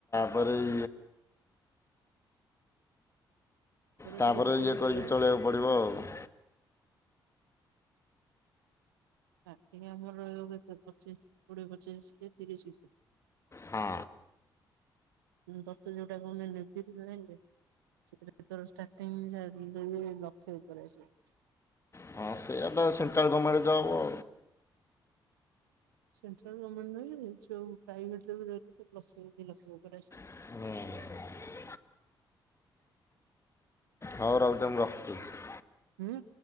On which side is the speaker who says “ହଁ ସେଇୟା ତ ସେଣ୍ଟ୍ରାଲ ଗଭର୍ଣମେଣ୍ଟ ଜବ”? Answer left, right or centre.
Left